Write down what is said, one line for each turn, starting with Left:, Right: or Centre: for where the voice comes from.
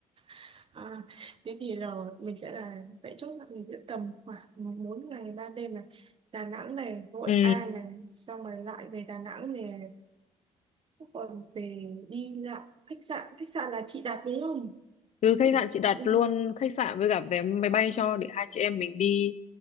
Right: <laughs> à, thế thì là mình sẽ là vậy chốt là mình sẽ tầm khoảng 4 ngày 3 đêm này Đà Nẵng này Hội
Left: ừ
Right: An này xong rồi lại về Đà Nẵng này còn về đi lại khách sạn khách sạn là chị đặt đúng không
Left: từ khách
Right: chị
Left: sạn chị đặt
Right: Ừ,
Left: luôn khách sạn với cả vé máy bay cho để hai chị em mình đi